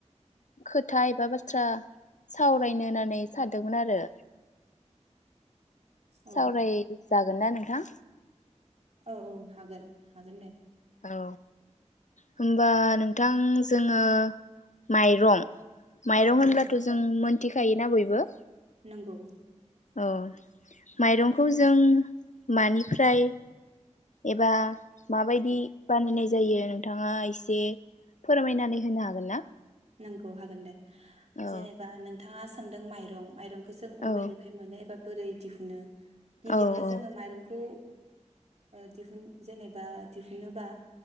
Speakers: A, on the left; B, on the right.
A: खोथा एबा बाथ्रा बाथ्रा सावरायनो होनानै सानदोंमोन आरो
B: औ
A: सावराय जागोन ना नोंथां
B: औ औ हागोन हागोन दे
A: औ होनबा नोंथां जोङो माइरं माइरं
B: औ
A: होनब्लाथ' जों मिथिखायोना बयबो
B: नोंगौ
A: अ माइरंखौ जों मानिफ्राय एबा माबायदि बानायनाय जायो नोंथाङा एसे फोरमायनानै होनो हागोन ना
B: नंगौ हागोन दे
A: औ
B: जेनेबा नोंथाङा सोनदों माइरं माइरं जों अबेनिफ्राय
A: औ
B: मोनो एबा बोरै दिहुनो गिबियावनो
A: औ औ
B: जोङो माइरंखौ ओ दिहुन जेनेबा दिहुनोबा